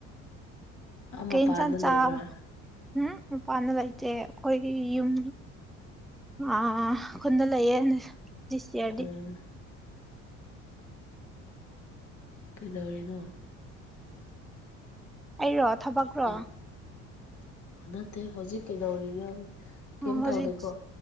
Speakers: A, in the centre; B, on the left.
A: ꯀꯩ
B: ꯃꯄꯥꯟꯗ
A: ꯏꯟꯁꯥꯡ ꯆꯥ
B: ꯂꯩꯕ꯭ꯔꯥ
A: ꯎꯝ ꯃꯄꯥꯟꯗ ꯂꯩꯇꯦ ꯑꯈꯣꯏꯒꯤ ꯌꯨꯝ ꯑꯥ ꯈꯨꯟꯗ ꯂꯩꯌꯦ ꯗꯤꯁ ꯌꯔꯗꯤ
B: ꯎꯝ ꯀꯩꯗꯧꯔꯤꯅꯣ
A: ꯑꯩꯔꯣ ꯊꯕꯛ ꯔꯣ
B: ꯎꯝ ꯅꯠꯇꯦ ꯍꯧꯖꯤꯛ ꯀꯩꯗꯧꯔꯤꯒꯦ <unintelligible> ꯀꯩꯝ
A: ꯍꯧꯖꯤꯛ
B: ꯇꯧꯗꯦꯀꯣ